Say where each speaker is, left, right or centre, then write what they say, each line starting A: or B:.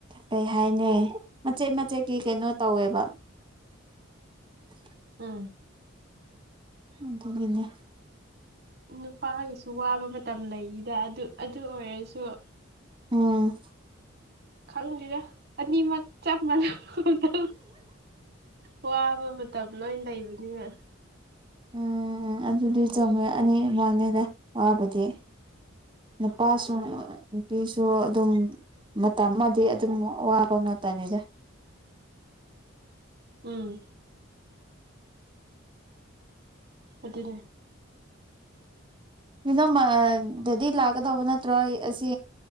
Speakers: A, on the right; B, on the right.
A: ꯀꯩ ꯍꯥꯏꯅꯤ ꯃꯆꯦꯠ ꯃꯆꯦꯠꯀꯤ ꯀꯩꯅꯣ ꯇꯧꯋꯦꯕ <inaudible>
B: ꯎꯝ <inaudible>
A: ꯑꯗꯨꯒꯤꯅꯦ
B: ꯅꯨꯄꯥꯒꯤꯁꯨ ꯋꯥꯕ ꯃꯇꯝ ꯂꯩꯗ ꯑꯗꯨ ꯑꯗꯨ ꯑꯣꯏꯔꯁꯨ <inaudible>
A: ꯎꯝ
B: ꯈꯪꯗꯦꯗ ꯑꯅꯤꯃꯛ ꯆꯞ ꯃꯥꯟꯅꯕꯒꯨꯝ ꯇꯧꯏꯗ <inaudible> ꯋꯥꯕ ꯃꯇꯝ ꯂꯣꯏ ꯂꯩꯕꯅꯤꯅ
A: ꯎꯝ ꯎꯝ ꯑꯗꯨꯗꯤ ꯆꯨꯝꯃꯦ ꯑꯅꯤ ꯃꯥꯟꯅꯩꯗ ꯋꯥꯕꯗꯤ ꯅꯨꯄꯥꯁꯨ ꯅꯨꯄꯤꯁꯨ ꯑꯗꯨꯝ ꯃꯇꯝ ꯑꯃꯗꯤ ꯑꯗꯨꯝ ꯋꯥꯕ ꯉꯥꯛꯇꯅꯤꯗ
B: ꯎꯝ ꯑꯗꯨꯅꯦ
A: ꯑꯗꯨꯗꯗꯤ ꯂꯥꯛꯀꯗꯧꯕ ꯅꯠꯇ꯭ꯔꯣ ꯑꯩ ꯑꯁꯤ